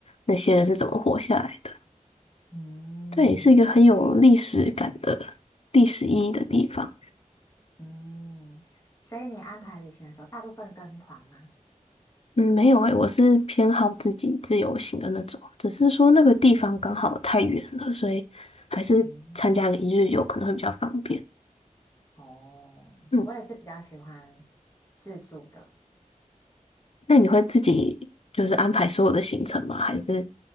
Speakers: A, on the left (about 50°); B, on the left (about 25°).
A: 那些人是怎么活下来的，
B: 嗯
A: 对，是一个很有历史感的历史意义的地方。
B: 嗯，所以你安排旅行的时候，大部分跟团吗？
A: 嗯，没有诶，我是偏好自己自由行的那种，只是说那个地方刚好太远了，
B: 嗯，
A: 所以还是参加个一日游可能会比较方便。
B: 嗯哦，
A: 嗯，
B: 我也是比较喜欢自助的，
A: 那你会自己就是安排所有的行程吗？还是